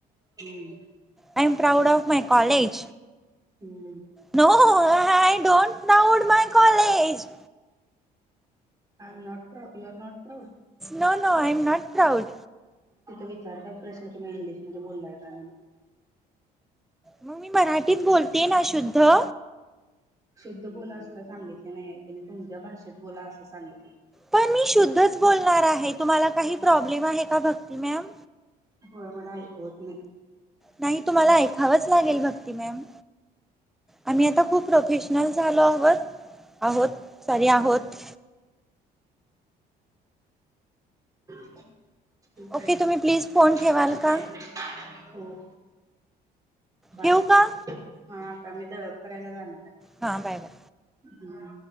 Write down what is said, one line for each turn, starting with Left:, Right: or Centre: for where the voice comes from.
Right: <unintelligible>
Centre: I am proud of my college
Right: हूं हूं
Centre: no हो हो hi don't loud my college
Right: I am not pro you are not proud
Centre: no no I am not proud
Right: विचारताच प्रश्न तुम्ही इंग्लिशमध्ये बोलाय काय म्हणून
Centre: म मी मराठ ती बोलते ना शुद्ध?
Right: शुद्ध बोला असं काय सांगितलं नाहीये तिनं, तुमच्या भाषेत बोला असं सांगितलंय.
Centre: पण मी शुद्धच बोलणार आहे. तुम्हाला काही प्रॉब्लेम आहे का भक्ती मॅम?
Right: होय मला ऐकवत नाही.
Centre: नाही तुम्हाला ऐकावंच लागेल भक्ती मॅम. आम्ही आता खूप प्रोफेशनल झालो आहोत. आहोत सॉरी आहोत.
Right: ह ठीक
Centre: ओके
Right: आहे ठीक
Centre: तुम्ही प्लीज फोन ठेवाल का
Right: आहे. हो! बाय!
Centre: ठेवू का
Right: हा आता मी द करायला जाणाराय
Centre: हा बाय-बाय!
Right: हम्!